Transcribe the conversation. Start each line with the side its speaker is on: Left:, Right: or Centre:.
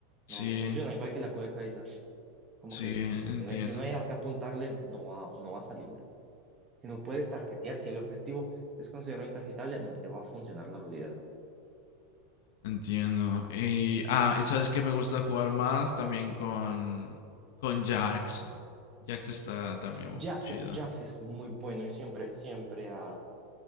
Left: sí,
Right: no, no funciona, igual que la cueca Como
Left: sí,
Right: que
Left: entiendo.
Right: si no hay, si no hay a qué apuntarle, no va, no va a salir. Si no puedes tarjetear, si el objetivo es considerado intarjetable, no te va a funcionar la habilidad.
Left: Entiendo. Y, ah, y sabes que me gusta jugar más también con, con Jax. Jax está también
Right: Jax,
Left: chido.
Right: Jax es muy bueno y siempre, siempre, ah,